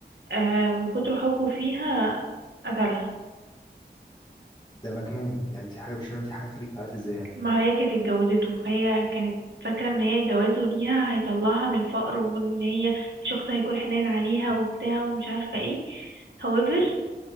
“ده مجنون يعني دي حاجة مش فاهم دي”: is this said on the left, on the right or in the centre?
Left